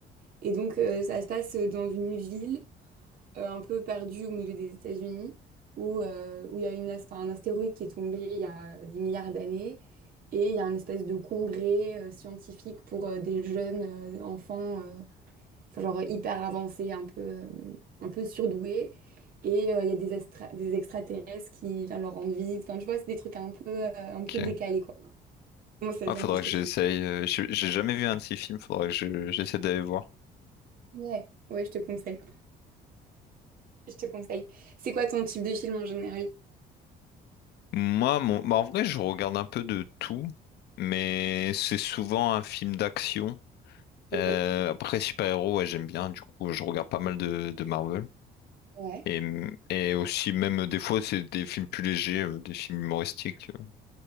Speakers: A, on the right (about 60°); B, on the left (about 75°).
A: Et donc, euh, ça se passe dans une ville euh, un peu perdue au milieu des États-Unis, où euh, où il y a une, ast- enfin, un astéroïde qui est tombé il y a des milliards d'années. Et il y a une espèce de congrès euh, scientifique pour euh, des jeunes euh, enfants, euh, enfin, genre hyper avancés, un peu, euh, un peu surdoués. Et euh, il y a des, astra- des extraterrestres qui viennent leur rendre visite. Enfin, tu vois, c'est des trucs un peu, euh, un peu
B: Ok.
A: décalés, quoi. Moi, ça,
B: Ah,
A: ça
B: faudrait
A: me fait trop
B: que j'essaye.
A: kiffer.
B: euh, J'ai j'ai jamais vu un de ces films, faudrait que je- j'essaie d'aller voir.
A: Ouais, ouais, je te conseille. Je te conseille. C'est quoi ton type de film en général?
B: Moi, mon... bah, en vrai, je regarde un peu de tout, mais c'est souvent un film d'action.
A: Ok.
B: Euh, après, super-héros, ouais, j'aime bien, du coup, je regarde pas mal de, de Marvel.
A: Ouais.
B: Et, et aussi, même des fois, c'est des films plus légers, euh, des films humoristiques. euh.